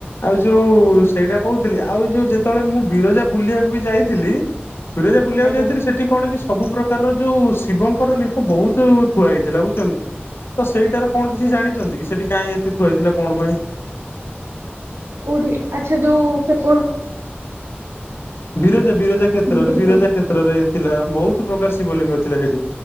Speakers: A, on the left; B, on the right.
A: ଆଉ ଯୋଉ
B: ଆଜ୍ଞା।
A: ସେଇଟା କହୁଥିଲି ଆ ଆଉ ଯୋଉ ଯେତବେଳେ ମୁଁ ବିରଜା ବୁଲିବାକୁ ବି ଯାଇଥିଲି। ବିରଜା ବୁଲିଆକୁ
B: ଆଜ୍ଞା
A: ଯାଇଥିଲି ସେଠି କଣ କି? ସବୁ ପ୍ରକାରର ଯୋଉ ଶିବଙ୍କର ଲିଖ ବହୁତ ଥୁଆ ହେଇଥିଲା ବୁଝୁଚନ୍ତି। ତ ସେଇଟାରେ କଣ କିଛି ଜାଣିଚନ୍ତି କି ସେଠି କାଇଁ ଏତେ ଥୁଆ ହେଇଥିଲା କଣ ପାଇଁ?
B: କୋଉଠି ଆଚ୍ଛା ଯୋଉ ସେ ପୋ
A: ବିରଜା ବିରଜା କ୍ଷେତ୍ରରେ
B: ବୁଝିପାରୁନି।
A: ବିରଜା କ୍ଷେତ୍ରରେ ଥିଲା ବହୁତ ପ୍ରକାର ଶିବଲିଙ୍ଗ ଥିଲା ସେଇଠି।